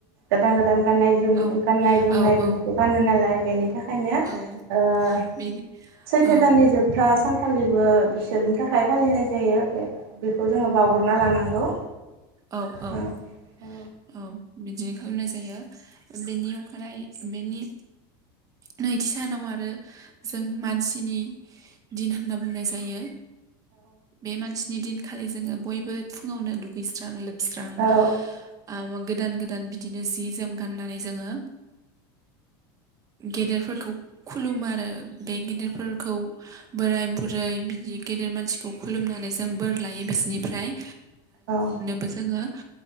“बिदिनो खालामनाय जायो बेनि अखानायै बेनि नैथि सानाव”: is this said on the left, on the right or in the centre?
Right